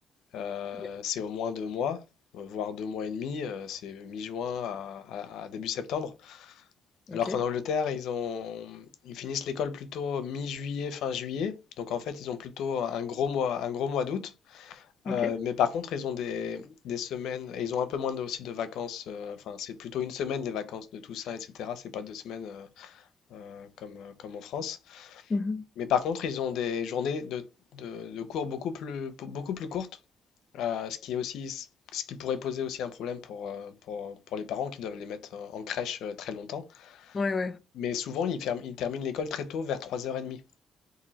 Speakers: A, on the left; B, on the left.
A: euh,
B: Ouais.
A: c'est au moins deux mois, euh, voire deux mois et demi. euh, c'est mi-juin à, à- à début septembre.
B: Ok.
A: Alors qu'en Angleterre, ils ont, ils finissent l'école plutôt mi-juillet, fin juillet. Donc en fait, ils ont plutôt un gros mois, un gros mois d'août.
B: Ok.
A: Euh, mais par contre, ils ont des, des semaines, et ils ont un peu moins de, aussi de vacances. euh, enfin, c'est plutôt une semaine les vacances de Toussaint, etc. C'est pas deux semaines euh, euh, comme, euh, comme en France.
B: Mhm.
A: Mais par contre, ils ont des journées de, de, de cours beaucoup plus, beaucoup plus courtes, euh, ce qui est aussi, ce qui pourrait poser aussi un problème pour, euh, pour, pour les parents qui doivent les mettre en en crèche euh, très longtemps.
B: Ouais, ouais.
A: Mais souvent, ils, ferment- ils terminent l'école très tôt, vers 3h30.